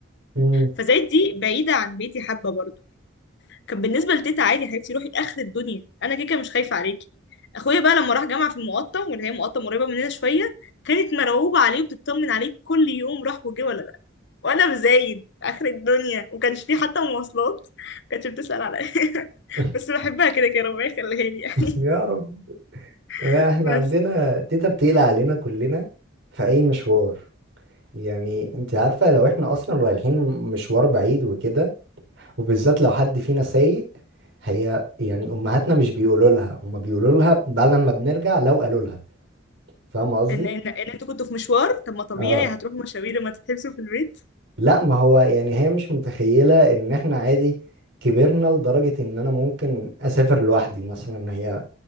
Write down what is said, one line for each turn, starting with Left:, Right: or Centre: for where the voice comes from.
Right: مم.
Left: فزايد دي بعيدة عن بيتي حبة برضه كان بالنسبه لتيتا عادي يا حبيبتي روحي اخر الدنيا انا كده كده مش خايفه عليكي اخويا بقى لما راح جامعه في المقطم واللي هي مقطم قريبه مننا شويه كانت مرعوبه عليه وبتطمن عليه كل يوم راح وجه ولا لا وانا بزايد اخر الدنيا وكانش فيه حتى مواصلات كانتش بتسأل عليا <laughs>
Right: <laughs>
Left: بس بحبها كده كده ربنا يخليها لي يعني
Right: يا رب
Left: <laughs>
Right: احنا
Left: بس
Right: عندنا تيتا بتقلق علينا كلنا في اي مشوار يعني انت عارفة لو احنا اصلا رايحين مشوار بعيد وكده وبالذات لو حد فينا سايق هي يعني امهاتنا مش بيقولوا لها هما بيقولوا لها بعد ما بنرجع لو قالوا لها فاهمة قصدي؟
Left: ان ان ان انتوا كنتوا في مشوار طب ما طبيعي
Right: اه
Left: هتروحوا مشاوير لما تتحبسوا في البيت
Right: لا ما هو يعني هي مش متخيلة ان احنا عادي كبرنا لدرجة ان انا ممكن اسافر لوحدي مثلا هي